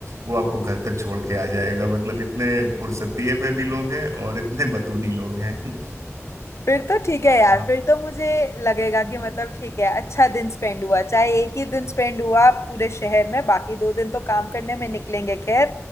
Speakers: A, on the right; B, on the left.
A: वो आपको घर तक छोड़ के आ जाएगा मतलब इतने फुर्सतीये में भी लोग हैं और इतने बतूनी लोग हैं <laughs>
B: फिर तो ठीक है यार
A: आप
B: फिर तो मुझे लगेगा
A: हम्म
B: कि मतलब ठीक है अच्छा दिन स्पेंड हुआ चाहे एक ही दिन स्पेंड हुआ पूरे शहर में बाकी दो दिन तो काम करने में निकलेंगे खैर